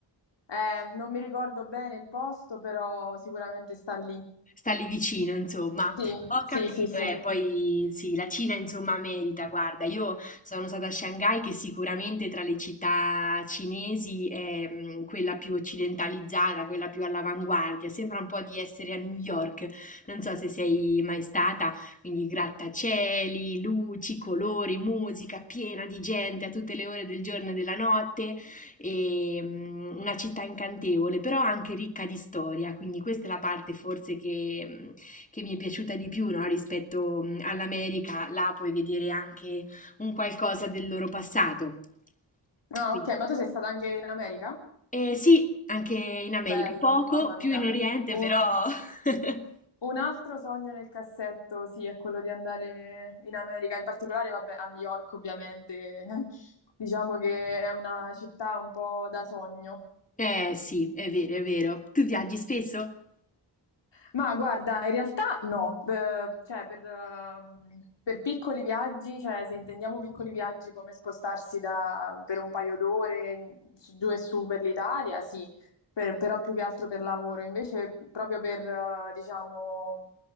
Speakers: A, on the left; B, on the left.
A: Eh, non mi ricordo bene il posto, però sicuramente sta lì.
B: Sta lì vicino, insomma.
A: Sì,
B: Ho
A: sì,
B: capito,
A: sì, sì.
B: e poi sì, la Cina insomma merita, guarda, io sono stata a Shanghai che sicuramente tra le città cinesi è mh, quella più occidentalizzata, quella più all'avanguardia, sembra un po' di essere a New York, non so se sei mai stata, quindi grattacieli, luci, colori, musica piena di gente a tutte le ore del giorno e della notte, e mm, una città incantevole, però anche ricca di storia, quindi questa è la parte forse che, mm, che mi è piaciuta di più, no, Rispetto mm, all'America, là puoi vedere anche un qualcosa del loro passato.
A: Ah,
B: Quindi-
A: ok, ma tu sei stata anche in America?
B: Eh, sì, anche in America,
A: Bello,
B: poco,
A: mamma
B: più
A: mia.
B: in Oriente,
A: Un,
B: però... <laughs>
A: un altro sogno nel cassetto, sì, è quello di andare in America, in particolare, vabbè, a New York, ovviamente. <laughs> Diciamo che è una città un po' da sogno.
B: Eh sì, è vero, è vero. Tu viaggi spesso?
A: Ma guarda, in realtà no, eh, cioè per, ehm, per piccoli viaggi, cioè se intendiamo piccoli viaggi come spostarsi da- per un paio d'ore in- su- giù e su per l'Italia, sì, per- però più che altro per lavoro, invece proprio per, eh, diciamo,